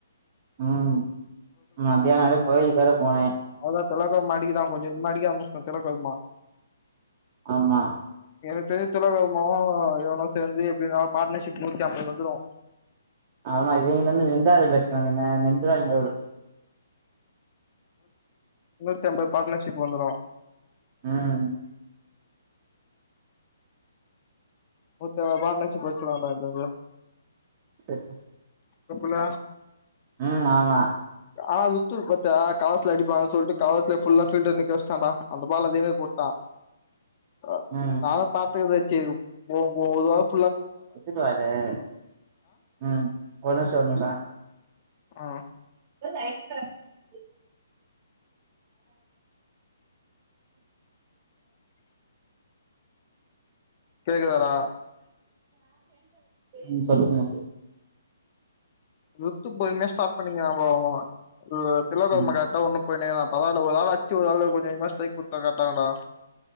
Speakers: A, on the right; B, on the left.
A: ம் மத்தியான வேற கோயிலு வேற போனே
B: அதா திலக் வர்மா அடிக்குதா கொஞ் கொஞ்சமா அடிக்கா திலக் வர்மா
A: ஆமா
B: எனக்கு தெரிஞ் திலக்வர்மாவு இவனு சேந்து எப்டியு ந பாட்னர்ஷிப் நூத்தி அம்பது வந்துரு
A: ஆமா இவிங்க நின்னு நிண்டா அது <unintelligible> த நின்றுவாய்க நூறு
B: முன்னூத்தி அம்பது பாட்னர்ஷிப் வந்துரு
A: ம்
B: நூத்த <unintelligible> பாட்னர்ஷிப் வெச்சிருவாண்டா இந்த இது
A: செர் செஸ்
B: தப்புல்ல
A: ம் ஆமா
B: ஆ லுத்துக்கு பத்து அ களத்ல அடிப்பாங்கன் சொல்ட்டு களத்ல ஃபுல்லா ஃபீல்டர் நிக்க வெச்ட்டாண்டா அந்த பால் அதே மேரி போட்டா அ
A: ம்
B: நானு பாத்துக்கது சேரி போம் <unintelligible>
A: <unintelligible> ம் ஒரு நிம்ஷோ ஒரு நிம்ஷோ
B: ம்
A: <inaudible>
B: கேக்குதாடா
A: ம் சொல்லுங்க வாசு
B: <unintelligible> ஸ்டாட் பண்ணி <unintelligible> து திலக்வர்மா‌
A: ம்
B: கரெக்டா ஒன்னு போய்னேதா அதாண்டா ஒரு ஆள் அச்சு ஒரு ஆள் கொஞ்ச கொஞ்சமா ஸ்ட்ரைக் குத்தா கரெக்டா இருக்குண்டா